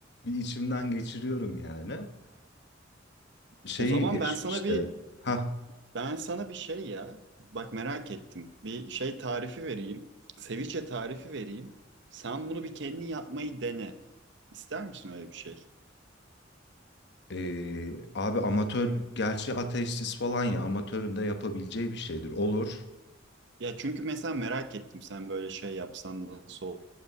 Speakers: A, on the left; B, on the right.
A: bir içimden geçiriyorum yani. Şeyi
B: O zaman
A: eşim
B: ben sana
A: işte
B: bir
A: ha
B: Ben sana bir şey ya, bak merak ettim. Bir şey tarifi vereyim. Seviçe tarifi vereyim. Sen bunu bir kendin yapmayı dene. İster misin öyle bir şey?
A: Ee, abi amatör gerçi ateistsiz falan ya amatörün de yapabileceği bir şeydir olur.
B: Ya çünkü mesela merak ettim sen böyle şey yapsan nasıl